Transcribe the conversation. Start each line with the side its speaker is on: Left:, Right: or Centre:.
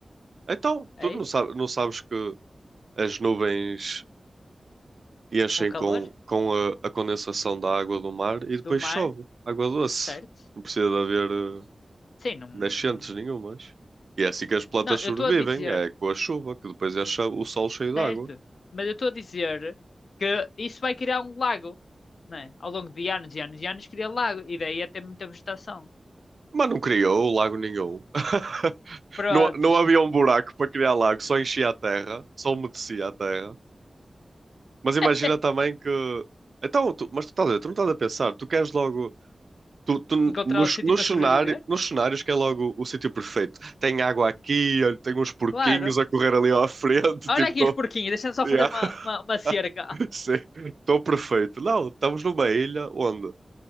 Right: Então,
Left: É
Right: tu não
Left: isso?
Right: sabes, não sabes que as nuvens enchem
Left: Com
Right: com,
Left: calor
Right: com a, a condensação da água do mar e depois
Left: do mar,
Right: chove. Água doce.
Left: certo?
Right: Não precisa de haver. eh,
Left: Sim, não.
Right: nascentes nenhumas. E é assim que as plantas
Left: Não,
Right: sobrevivem,
Left: eu estou a dizer,
Right: é com a chuva, que depois enche o solo cheio de
Left: certo?
Right: água.
Left: Mas eu estou a dizer que isso vai criar um lago, né? Ao longo de anos e anos e anos cria lago e daí até muita vegetação.
Right: Mas não criou lago nenhum. <laughs>
Left: Pronto.
Right: Não, não havia um buraco para criar lago, só enchia a terra, só umedecia a terra. Mas imagina
Left: <laughs>
Right: também que. Então, tu- mas tu, estás a ver, tu não estás a pensar, tu queres logo. Tu, tu,
Left: Encontrar
Right: nos,
Left: o sítio
Right: nos,
Left: para sobreviver?
Right: cenário, nos cenários que é logo o sítio perfeito. Tem água aqui, olha, tem uns porquinhos
Left: Claro.
Right: a correr ali à frente,
Left: Olha
Right: <laughs> tipo,
Left: aqui os porquinhos, deixa-me só
Right: Yeah.
Left: fazer uma, uma, uma cerca.
Right: <laughs> Sim, estou perfeito. Não, estamos numa ilha onde